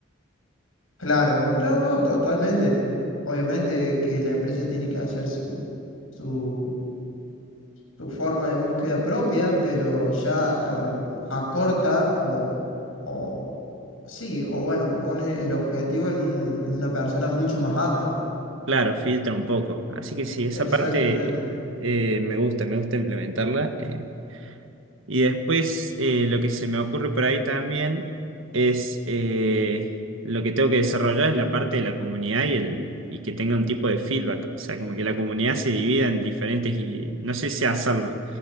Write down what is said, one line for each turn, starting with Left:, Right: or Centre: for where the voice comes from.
Left: Claro, claro, no, totalmente. Obviamente que la empresa tiene que hacer su, su, su forma de búsqueda propia, pero ya ar- acorta o, o sí, o bueno, pone el objetivo en un- en una persona mucho más apta.
Right: Claro, filtra un poco. Así que sí, esa
Left: Exactamente.
Right: parte eh, me gusta, me gusta implementarla. eh, Y después eh, lo que se me ocurre por ahí también es eh, lo que tengo que desarrollar es la parte de la comunidad y, el, y que tenga un tipo de feedback. O sea, como que la comunidad se divida en diferentes, y no sé si hacerlo,